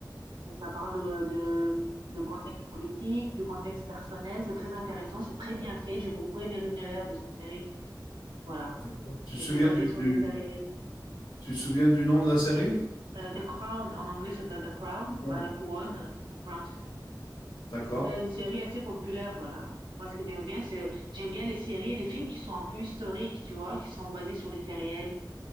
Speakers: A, on the right; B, on the left.
A: et ça parle de de de contexte politique, du contexte personnel. C'est très intéressant, c'est très bien fait. J'ai beaucoup aimé l'univers de cette série. Voilà
B: D'accord. Tu te
A: et
B: souviens
A: c'est basé
B: du,
A: sur
B: du-
A: des faits réels.
B: tu te souviens du nom de la série?
A: Heu, The Crown, en anglais, ça s'appelle The Crown,
B: Non.
A: bah, la couronne, euh, The Crown, ça s'appelle
B: D'accord.
A: et c'était une série assez populaire, voilà. Moi, ce que j'aime bien, c'est j'aime bien les séries et les films qui sont un peu historiques, tu vois? Qui sont basés sur des faits réels.